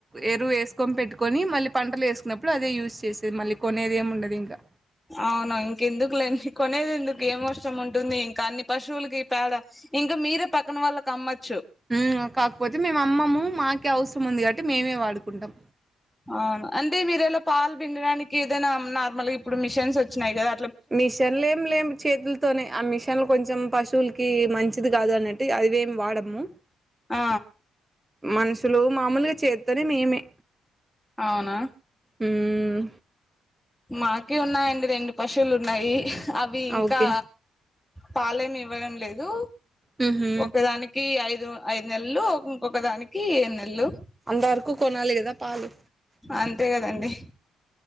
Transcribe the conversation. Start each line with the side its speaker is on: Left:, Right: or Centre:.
Right: ఎరువు వేసుకొని పెట్టుకొని మళ్ళీ పంటలు వేసుకున్నప్పుడు అదే యూజ్ చేసేది. మళ్ళీ కొనేది ఏమి ఉండదు ఇంకా.
Centre: అవును ఇంకెందుకు లేండి. కొనేది ఎందుకు ఏం అవవసరం ఉంటుంది. ఇంక అన్ని పశువులకి పేడ ఇంకా మీరే పక్కన వాళ్ళ కి అమ్మచ్
Right: ఉమ్ కాకపోతే మేము అమ్మము. మాకే అవసరం ఉంది కాబట్టి మేమే వాడుకుంటాం.
Centre: అవును అంటే మీరేలా పాలు పిండడానికి ఏదైనా నార్మల్గా ఇప్పుడు మిషన్స్ వచ్చినాయి గదా
Right: మిషన్లు ఏం లేం చేతులతోనే ఆ మిషన్లు కొంచెం పశువులకి మంచ్ ఇది కాదు అన్నట్టు అవేం వాడము.
Centre: ఆ
Right: మనుషులు మామూలుగా చేత్తోనే మేమే.
Centre: అవునా
Right: హ్మ్.
Centre: మాకి ఉన్నాయండి రెండు పశువులు ఉన్నాయి. అవి ఇంకా
Right: ఓకే.
Centre: పాలేమి ఇవ్వడం లేదు
Right: హుహు.
Centre: ఒకదానికి ఐదు. ఐదు నెల్లు ఇంకొక దానికి ఏడు నెల్లు
Right: అంత వరకు కొనాలి గదా పాలు
Centre: అంతే కదండి